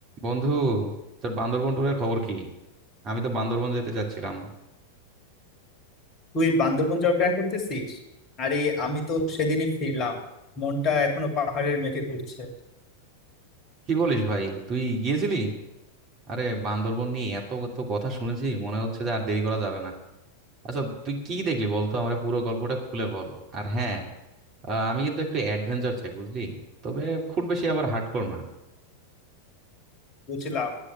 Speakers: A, on the right; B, on the left.
A: বন্ধু তোর বান্দরবন ট্যুরের খবর কি আমি তো বান্দরবন যেতে চাচ্ছিলাম
B: তুই বান্দরবন যাওয়ার প্ল্যান করতেছিস আরে আমি তো সেদিনই ফিরলাম মনটা এখনো পাহাড়ের মেঘে ঘুরছে
A: কি বলিস ভাই তুই গিয়েছিলি আরে বান্দরবন নিয়ে এত কত কথা শুনেছি মনে হচ্ছে যে আর দেরি করা যাবে না আচ্ছা তুই কি দেখলি বলতো আমার পুরো গল্পটা খুলে বল আর হ্যাঁ আহ, আমি কিন্তু একটু অ্যাডভেঞ্চার চাই বুঝলি তবে খুব বেশি আবার হার্ডকোর না
B: বুঝলাম